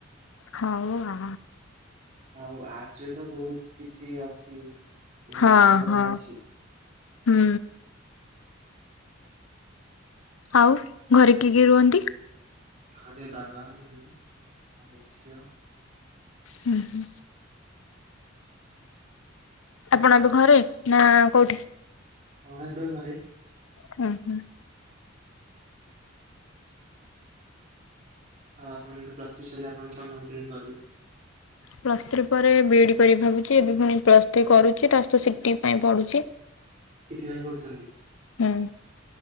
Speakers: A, on the left; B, on the right.
A: ହଉ ଆ।
B: ଆଉ ଆର୍ଟସ୍ ରେ ତ ବହୁତ୍ କିଛି ଅଛି। ଏ
A: ହଁ
B: ସବୁଆଡୁ
A: ହଁ
B: ଅଛି
A: ହୁଁ। ଆଉ ଘରେ କିଏ କିଏ ରୁହନ୍ତି?
B: ଘରେ ବାବା ମାମ ଆଉ ଝିଅ।
A: ହୁଁ ହୁଁ। ଆପଣ ଘରେ ନା କୋଉଠି?
B: ହଁ ଏବେ ଘରେ।
A: ହୁଁ ହୁଁ।
B: ଆଉ ଆପଣଙ୍କର ପ୍ରସ୍ତୁତି ସଇଲେ ଆପଣ କଣ ଭାବୁଛନ୍ତି କରିବେ?
A: ପ୍ଲସ ଥ୍ରୀ ପରେ ବି ଇଡି କରି ଭାବୁଛି, ଏବେ ପୁଣି ପ୍ଲସ୍ ଥ୍ରୀ କରୁଛି ତା ସତ ସିଟି ପାଇଁ ପଢୁଛି।
B: ସି ଟି ପାଇଁ ପଢୁଛନ୍ତି?
A: ହୁଁ